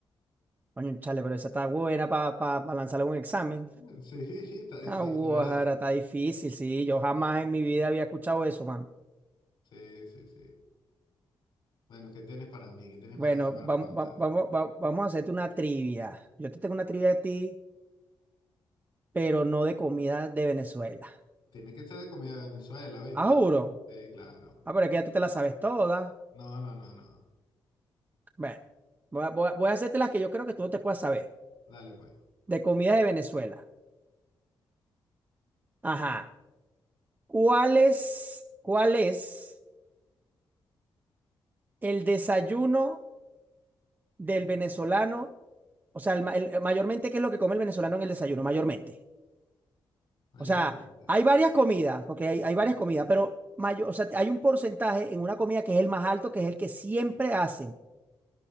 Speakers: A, on the right; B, on the left.
A: Coño, chale, pero esa está buena para lanzarle un examen.
B: Mm, Sí, <laughs> está difícil,
A: Ah, Guajara,
B: ¿verdad?
A: está difícil, sí. Yo jamás en mi vida había escuchado eso, mano.
B: Sí, sí, sí. Bueno, ¿qué tienes para mí? ¿Qué tienes
A: Bueno,
B: para mí para
A: vam-
B: preguntarme?
A: va- vamos, va- vamos a hacerte una trivia. Yo te tengo una trivia a ti, pero no de comida de Venezuela.
B: Tiene que ser de comida de Venezuela, ¿viste?
A: Ah, juro.
B: Sí, claro.
A: Ah, pero es que ya tú te la sabes toda.
B: No, no, no, no.
A: Bueno, voy a, voy a- voy a hacerte las que yo creo que tú no te puedas saber.
B: Dale, pues.
A: De comida de Venezuela. Ajá. ¿Cuál es, cuál es el desayuno del venezolano? O sea, el ma- el- mayormente, ¿qué es lo que come el venezolano en el desayuno? Mayormente.
B: Mayormente.
A: O sea, hay varias comidas, porque hay, hay varias comidas, pero mayo- o sea, hay un porcentaje en una comida que es el más alto, que es el que siempre hacen,